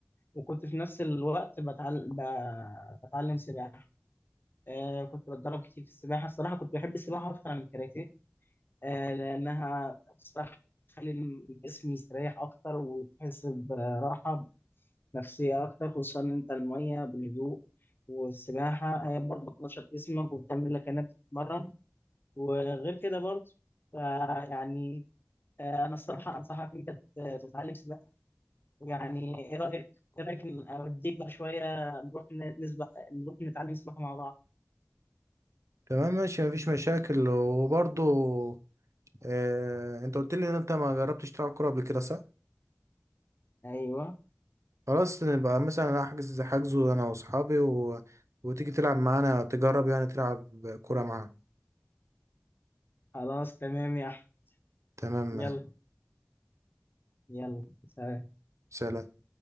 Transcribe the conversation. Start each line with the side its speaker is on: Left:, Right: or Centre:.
Left: وكنت في نفس الوقت بتعلم بتعلم سباحة آه كنت بتدرب كتير في السباحة الصراحة كنت بحب السباحة أكتر من الكاراتيه آه لأنها بصراحة بتخلي الجسم يستريح أكتر وتحس براحة نفسية أكتر خصوصا إن أنت المية بالهدوء والسباحة هي برضه بتنشط جسمك وبتعمل لك إنك تتمرن وغير كده برضه فيعني آه أنا الصراحة أنصحك إن أنت تتعلم سباحة يعني ايه رايك ايه رايك ن- اوديك بقى شويه نروح ن- نسبح نروح نتعلم سباحه مع بعض
Right: تمام ماشي مفيش مشاكل وبرضو آه، انت قلت لي ان انت ما جربتش تلعب كوره قبل كده صح
Left: ايوه
Right: خلاص نبقى مثلا أنا احجز حجزه انا واصحابي و... وتيجي تلعب معانا تجرب يعني تلعب كورة معانا
Left: خلاص تمام يا احمد
Right: تمام
Left: يلا يلا سلام
Right: سلام